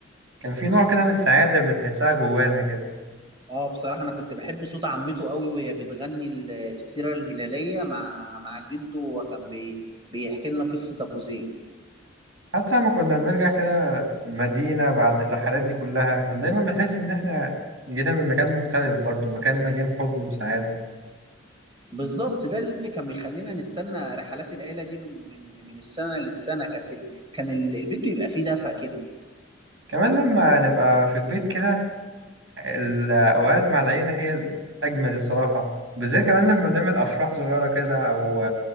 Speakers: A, on the right; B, on the right.
A: كان في نوع كده من السعادة بنحسها جوانا كده
B: اه بصراحه انا كنت بحب صوت عمته قوي وهي بتغني ال- السيره الهلاليه مع مع جده وكان بي بيحكي لنا قصه ابو زيد
A: حتى لما كنا بنرجع كده المدينة بعد الرحلات دي كلها كنا دايما بنحس إن إحنا جينا من مكان مختلف برضو مكان مليان حب وسعادة
B: بالظبط ده اللي كان بيخلينا نستنى رحلات العيله دي من من من السنه للسنه كانت ال- كان ال- البيت بيبقى فيه دفى كده
A: كمان لما نبقى في البيت كده الأوقات مع العيلة هي الأجمل الصراحة بالذات كمان لما بنعمل أفراح صغيرة كده أو